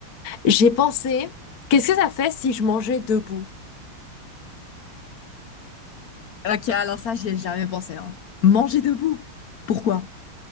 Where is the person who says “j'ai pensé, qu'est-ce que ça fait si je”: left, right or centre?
Left